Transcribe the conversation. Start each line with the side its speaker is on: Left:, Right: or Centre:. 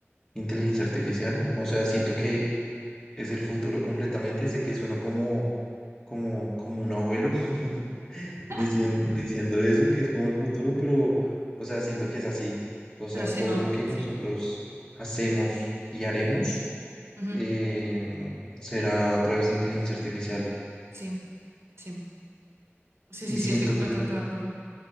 Left: inteligencia artificial. O sea,
Right: Sí.
Left: siento que es el futuro completamente. Sé que sueno como, como, como un abuelo <laughs> diciendo,
Right: <laughs>
Left: diciendo eso, que es como el futuro, pero, o sea, siento que es así. O sea,
Right: Pero sí,
Left: todo
Right: no,
Left: lo que nosotros
Right: sí.
Left: hacemos y haremos
Right: Ujú.
Left: em, será a través de inteligencia artificial.
Right: Sí, sí. Sí,
Left: Y
Right: sí, sí,
Left: siento
Right: estoy completamente
Left: que, lo-
Right: de acuerdo.